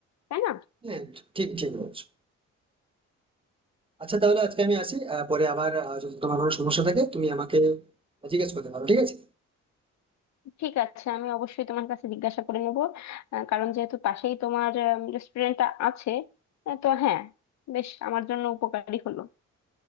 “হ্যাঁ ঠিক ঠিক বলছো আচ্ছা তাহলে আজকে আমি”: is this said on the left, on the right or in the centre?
Right